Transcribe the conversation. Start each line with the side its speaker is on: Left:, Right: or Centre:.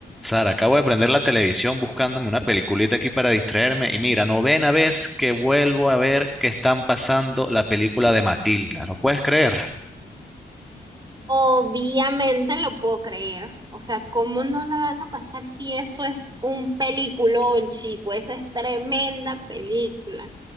Centre: Sara, acabo de prender la televisión buscándome una peliculita aquí para distraerme y mira, novena vez que vuelvo a ver que están pasando la película de Matilda, ¿lo puedes creer?
Right: Obviamente lo puedo creer. O sea, ¿cómo no la van a pasar si eso es un peliculón, chico? Esa es tremenda película.